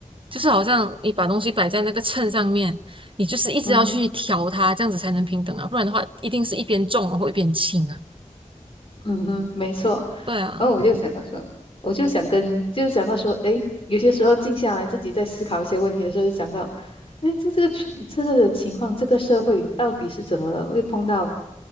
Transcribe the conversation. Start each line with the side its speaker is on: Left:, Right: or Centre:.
Right: 就是好像你把东西摆在那个秤上面，你就是一直要去调它，
Left: 嗯哼，
Right: 这样子才能平等啊，不然的话一定是一边重然后一边轻啊。
Left: 嗯哼，没错。
Right: 对啊，
Left: 然后我就想到说，我就想跟，就想到说，诶，有些时候静下来，自己在思考一些问题的时候，想到，诶，这这个群这个的情况，这个社会到底是怎么了？会碰到，